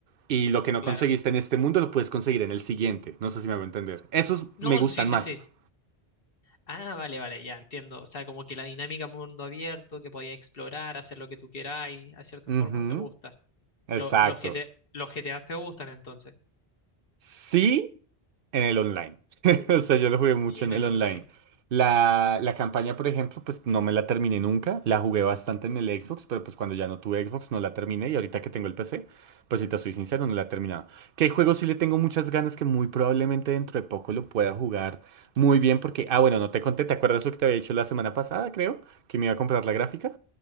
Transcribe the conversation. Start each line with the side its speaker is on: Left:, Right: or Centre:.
Right: Y lo que no
Left: claro.
Right: conseguiste en este mundo lo puedes conseguir en el siguiente. No sé si me va a entender. Esos
Left: No,
Right: me gustan
Left: sí, sí,
Right: más.
Left: sí. Ah, vale, vale, ya entiendo. O sea, como que la dinámica mundo abierto, que podías explorar, hacer lo que tú queráis, a cierta forma,
Right: Ujú.
Left: te gusta.
Right: Exacto.
Left: Lo- los GTA, los GTA te gustan entonces.
Right: Sí, En el online. <laughs> O sea, yo lo jugué mucho
Left: Y en
Right: en
Left: el
Right: el
Left: online.
Right: online. La, la campaña, por ejemplo, pues no me la terminé nunca. La jugué bastante en el Xbox, pero pues cuando ya no tuve Xbox no la terminé. Y ahorita que tengo el PC, pues si te soy sincero, no la he terminado. Que hay juegos sí le tengo muchas ganas que muy probablemente dentro de poco lo pueda jugar muy bien. Porque, ah, bueno, no te conté, ¿te acuerdas lo que te había dicho la semana pasada, creo? Que me iba a comprar la gráfica.